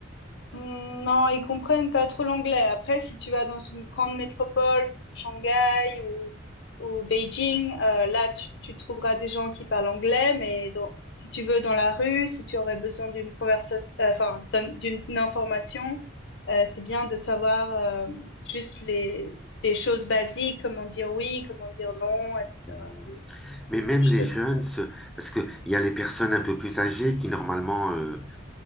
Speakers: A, on the left; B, in the centre.
A: Hmm, Non, ils comprennent pas trop l'anglais. Après, si tu vas dans une grande métropole comme Shanghai ou, ou Beijing, euh, là, tu, tu trouveras des gens qui parlent anglais, mais dans- si tu veux dans la rue, si tu aurais besoin d'une conversation, euh, enfin, d'un- d'une d'une information, euh, c'est bien de savoir euh, juste les, des choses basiques, comment dire oui, comment dire non, etc.
B: euh,
A: Oui,
B: Mais même
A: je
B: les
A: te
B: jeunes,
A: conseille.
B: se- parce qu'il y a les personnes un peu plus âgées qui normalement euh,